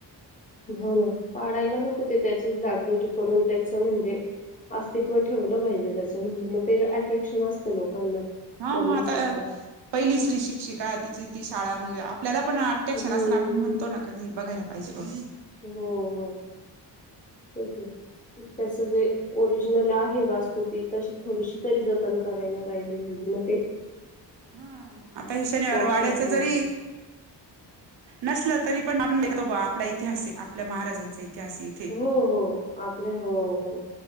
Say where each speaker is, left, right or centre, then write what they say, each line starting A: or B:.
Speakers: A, on the left; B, on the right.
A: हो ना पाडायला नको ते त्याचं डागडोजी करून त्याच म्हणजे अस्तित्व ठेवलं पाहिजे, त्याचं म्हणजे म ते अट्रॅक्शन असतं लोकांना
B: हा
A: बघण्यासारखं
B: म आता पहिली स्त्री शिक्षिका तिची ती शाळा मग आपल्याला पण आ अट्रॅक्शन
A: हम्म
B: असं ना आपण म्हणतो
A: हम्म.
B: ना का बघायला पाहिजे बघ.
A: हो हो तेच की
B: हम्म.
A: त्याचं जे ओरिजनल नला आहे वास्तु ती तशी थोडीशी जतन करायला पाहिजे नाहीतर म
B: हा आता हे शनिवारी
A: स्पॉट सारखं
B: वाड्याच
A: होतं
B: जरी नसलं तरी पण आपणं तो आपला इतिहास हे आपल्या महाराजांचा इतिहास हे
A: हो हो आपल्या हो हो.